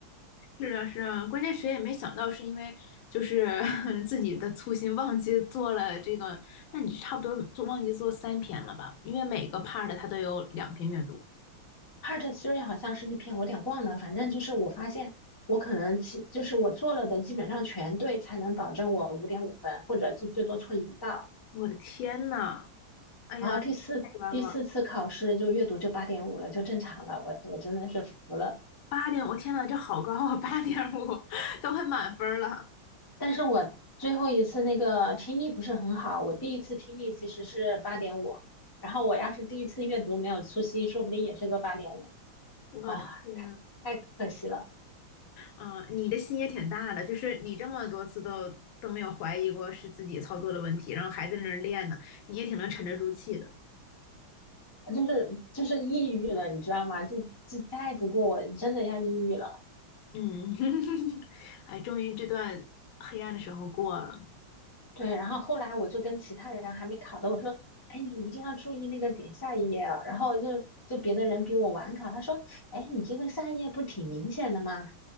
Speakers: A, on the left (about 80°); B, on the left (about 20°).
A: 是啊，是啊，关键谁也没想到，是因为就是 <laughs> 自己的粗心忘记做了这个，那你差不多做忘记做三篇了吧？因为每个 part 它都有两篇阅读。
B: Part Three 好像是一篇，我有点忘了，反正就是我发现我可能其就是我做了的基本上全对，才能保证我五点五分，或者就最多错一道。
A: 我的天呐，哎呀，
B: 然后第四第四次考试就阅读就八点五了，
A: 太冤了！
B: 就正常了。我我真的是服了。
A: 八点，我天呐，这好高啊，八点五 <laughs> 都快满分了，
B: 但是我最后一次那个听力不是很好，我第一次听力其实是八点五，然后我要是第一次阅读没有粗心，说不定也是个八点五
A: 我的天！
B: 啊，太太可惜了，
A: 嗯，你的心也挺大的，就是你这么多次都都没有怀疑过是自己操作的问题，然后还在那儿练呢，你也挺能沉得住气的。
B: 就是就是抑郁了，你知道吗？就就再不过我真的要抑郁了。
A: 嗯，<laughs> 哎，终于这段黑暗的时候过了。
B: 对，然后后来我就跟其他人还没考的，我说，哎，你一定要注意那个点下一页啊。然后就就别的人比我晚考，他说，哎，你这个下一页不是挺明显的吗？